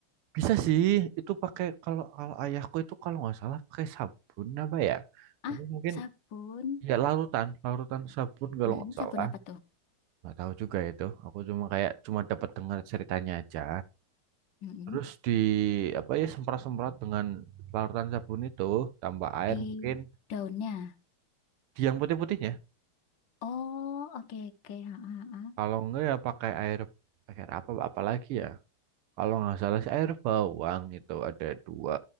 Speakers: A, on the right; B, on the left.
A: bisa sih. Itu pakai kalau kalau ayahku itu kalau nggak salah pakai sabun apa ya?
B: Ah,
A: Tapi mungkin
B: sabun.
A: ya larutan, larutan sabun kalau
B: Mm-mm,
A: nggak salah.
B: sabun apa tuh?
A: Nggak tahu juga itu. Aku cuma kayak cuma dapat dengar ceritanya aja.
B: Mm-mm.
A: Terus di apa ya semprot-semprot dengan larutan sabun itu, tambah air
B: Di
A: mungkin.
B: daunnya.
A: Di yang putih-putihnya,
B: Oh, oke oke. Ha, ha, ha.
A: kalau enggak ya pakai air pakai air apa apalagi ya. Kalau nggak salah sih air bawang itu ada dua.